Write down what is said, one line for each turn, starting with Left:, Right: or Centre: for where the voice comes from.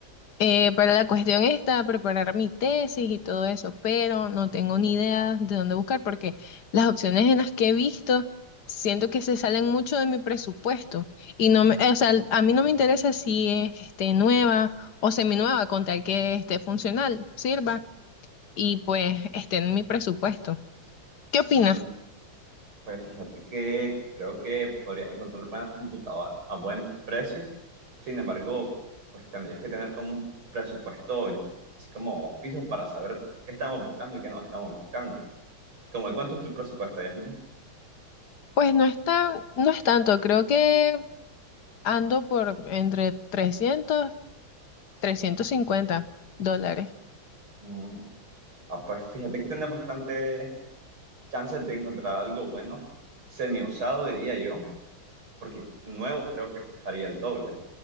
Left: Eh, pero la cuestión está preparar mi tesis y todo eso, pero no tengo ni idea de dónde buscar porque las opciones en las que he visto siento que se salen mucho de mi presupuesto y no me, o sea, a mí no me interesa si es este, nueva o seminueva con tal que esté funcional, sirva y pues esté en mi presupuesto. ¿Qué opinas?
Right: Mm, pues fíjate que creo que podrías encontrar buenas computadoras a buen precio. Sin embargo, pues tendrías que tener como un presupuesto así como fijo para saber qué estamos buscando y qué no estamos buscando. ¿Cómo de cuánto es tu presupuesto, Yasmin?
Left: Pues no es tan- no es tanto, creo que ando por entre 300, 350 dólares.
Right: Mm, ah, pues fíjate que tienes bastante chances de encontrar algo bueno, semi-usado diría yo, porque nuevo creo que costaría el doble.